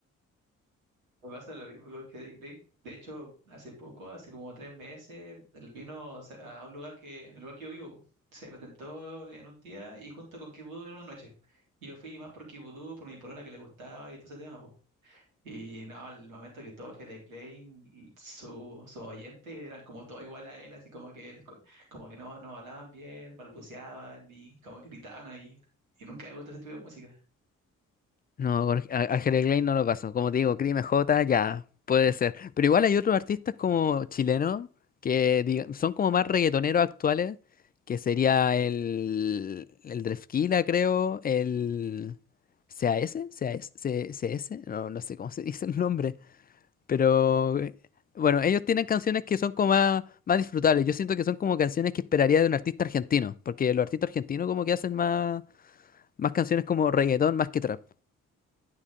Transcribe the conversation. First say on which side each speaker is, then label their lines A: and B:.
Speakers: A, on the right; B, on the left.
A: Me pasa lo mismo con Headache Lake. De hecho, hace poco, hace como tres meses, él vino sa- a un lugar que, en el lugar que yo vivo, se presentó en un día y junto con Kid en una noche. Yo fui más por Kid por mi polola que le gustaba y todo ese tema, po. Y no, al momento que todo Headache Lake, su, su oyente eran como todo igual a él, así como que les co- como que no, no hablaban bien, balbuceaban y como que gritaban ahí. Y nunca me gustó ese tipo de música.
B: No, Jorge- Á- Ángel Klein no lo pasó. Como te digo, Crime J, ya, puede ser. Pero igual hay otros artistas como chilenos que diga- son como más reggaetoneros actuales, que sería el, el Drefquila, creo, el C A S, C- A S, C- CS, no, no sé cómo se <laughs> dice el nombre. Pero eh, bueno, ellos tienen canciones que son como más, más disfrutables. Yo siento que son como canciones que esperaría de un artista argentino, porque los artistas argentinos como que hacen más, más canciones como reggaetón más que trap.